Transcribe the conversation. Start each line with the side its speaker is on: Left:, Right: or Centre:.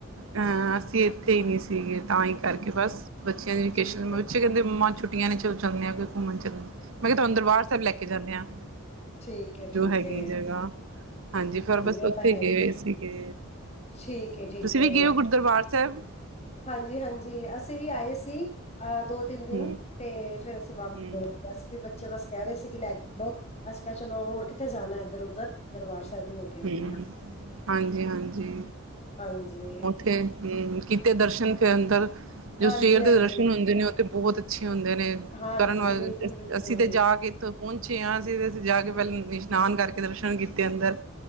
Right: ਹਾਂ ਅਸੀਂ ਇੱਥੇ ਹੀ ਨਹੀਂ ਸੀਗੇ ਤਾਂ ਹੀ ਕਰਕੇ ਬਸ ਬੱਚਿਆਂ ਦੀ ਵਕੇਸ਼ਨ
Left: ਠੀਕ
Right: ਤੇ ਬੱਚੇ-
Left: ਹੈ
Right: ਕਹਿੰਦੇ ਮੰਮਾ ਛੁੱਟੀਆਂ ਨੇ ਚਲ ਚੱਲਦੇ ਆ ਕਿੱਥੇ ਘੁੰਮਣ ਚਲਦੇ ਆ। ਮੈਂ ਕਿਹਾ ਤੁਹਾਨੂੰ ਦਰਬਾਰ ਸਾਹਿਬ ਲੈ ਕੇ ਜਾਂਨੇ ਆਂ
Left: ਠੀਕ ਹੈ
Right: ਜੋ
Left: ਠੀਕ
Right: ਹੈਗੀ
Left: ਹੈ
Right: ਜਗ੍ਹਾ। ਹਾਂਜੀ ਫਿਰ ਬਸ
Left: ਉਹ
Right: ਉੱਥੇ
Left: ਤਾਂ ਹੈ ਹੀ
Right: ਗਏ
Left: ਹੈ
Right: ਸੀਗੇ
Left: ਠੀਕ ਹੈ ਠੀਕ
Right: ਤੁਸੀਂ
Left: ਹੈ
Right: ਵੀ ਗਏ ਹੋ ਦਰਬਾਰ ਸਾਹਿਬ? ਚਲ
Left: ਹਾਂਜੀ ਹਾਂਜੀ ਅਸੀਂ ਵੀ ਆਏ ਸੀ ਅਹ ਦੋ ਤਿੰਨ ਦਿਨ
Right: ਹੂੰ
Left: ਤੇ ਫੇਰ ਅਸੀਂ ਵਾਪਸ
Right: ਹੂੰ
Left: ਬੱਚੇ ਬਸ ਕਹਿ ਰਹੇ ਸੀ ਲੈ ਕੇ ਚਲੋ, ਅਸੀਂ ਕਿਹਾ ਚਲੋ ਹੋਰ ਕਿੱਥੇ ਜਾਣਾ ਇੱਧਰ ਉਧਰ ਦਰਬਾਰ ਸਾਹਿਬ ਹੀ ਹੋ ਕੇ ਆਉਂਦੇ
Right: ਹਮ
Left: ਆ
Right: ਹਾਂਜੀ ਹਾਂਜੀ
Left: ਹਾਂਜੀ
Right: ਉੱਥੇ ਹਮ ਕੀਤੇ ਦਰਸ਼ਨ ਫਿਰ ਅੰਦਰ ਜੋ
Left: ਹਾਂਜੀ
Right: ਸਵੇਰ
Left: ਹਾਂਜੀ
Right: ਦੇ ਦਰਸ਼ਨ ਹੁੰਦੇ ਨੇ ਉਹ ਤੇ ਬਹੁਤ ਅੱਛੇ ਹੁੰਦੇ ਨੇ।
Left: ਹਾਂਜੀ
Right: ਕਰਨ ਵਾਲੇ
Left: ਬਿਲਕੁਲ
Right: ਦਿਨ
Left: ਬਿਲਕੁਲ
Right: ਅਸੀਂ ਤੇ ਜਾ ਕੇ- ਪਹੁੰਚੇ ਆ ਅਸੀਂ ਤੇ ਜਾ ਕੇ ਪਹਿਲ ਇਸ਼ਨਾਨ ਕਰਕੇ ਦਰਸ਼ਨ ਕੀਤੇ ਅੰਦਰ।